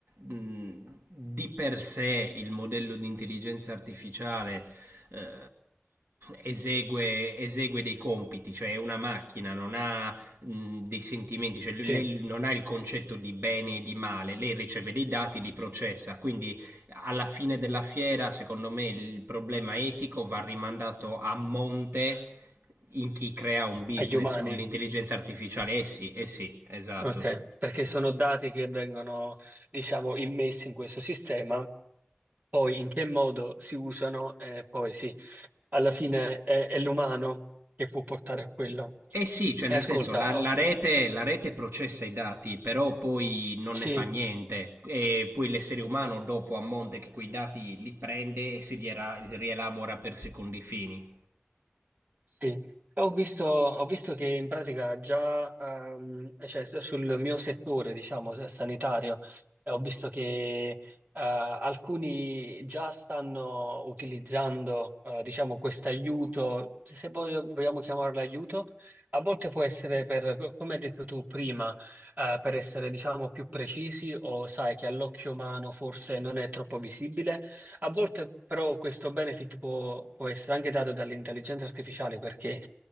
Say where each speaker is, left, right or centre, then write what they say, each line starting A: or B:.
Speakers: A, on the right (about 70°); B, on the right (about 45°).
A: mh, di per sé il modello di intelligenza artificiale eh, esegue, esegue dei compiti, cioè è una macchina, non ha mh, dei sentimenti, cioè lei
B: Sì,
A: non ha il concetto di bene e di male, lei riceve dei dati, li processa, quindi alla fine della fiera, secondo me, il problema etico va rimandato a monte in chi crea un business
B: agli umani.
A: con l'intelligenza artificiale. Eh sì, eh sì, esatto.
B: Ok, perché sono dati che vengono, diciamo, immessi in questo sistema, poi in che modo si usano, e poi sì, alla fine è, è l'umano che può portare a quello.
A: Eh sì, cioè
B: E
A: nel
B: ascolta,
A: senso la, la
B: oh,
A: rete, la rete processa i dati, però poi non
B: sì.
A: ne fa niente. E poi l'essere umano dopo a monte che quei dati li prende e si riela- rielabora per secondi fini.
B: Sì, ho visto, ho visto che in pratica già, ehm, cioè, s- sul mio settore, diciamo, s- sanitario, eh, ho visto che eh, alcuni già stanno utilizzando, eh, diciamo, questo aiuto, se voglio- vogliamo chiamarlo aiuto, a volte può essere per, come hai detto tu prima, eh, per essere, diciamo, più precisi o sai che all'occhio umano forse non è troppo visibile. A volte però questo benefit può, può essere anche dato dall'intelligenza artificiale perché eh,